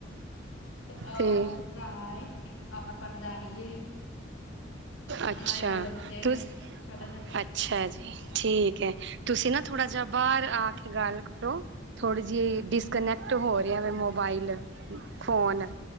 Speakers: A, on the left; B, on the right.
A: ਓਰ
B: ਤੇ
A: ਭਰਾ ਏ ਓਰ ਭਰਜਾਈ ਏ
B: ਅੱਛਾ
A: ਓਨਾ ਦੇ ਦੋ ਬੱਚੇ
B: ਤੁਸ
A: ਨੇ ਛੋਟੇ-ਛੋਟੇ
B: ਅੱਛਾ ਜੀ ਠੀਕ ਐ ਤੁਸੀਂ ਨਾ ਥੋੜਾ ਜਾ ਬਾਰ ਆ ਕੇ ਗੱਲ ਕਰੋ ਥੋੜ੍ਹੀ ਜੀ ਡਿਸਕਨੈਕਟ ਹੋ ਰਿਆ ਵੇ ਮੋਬਾਈਲ ਫੋਨ।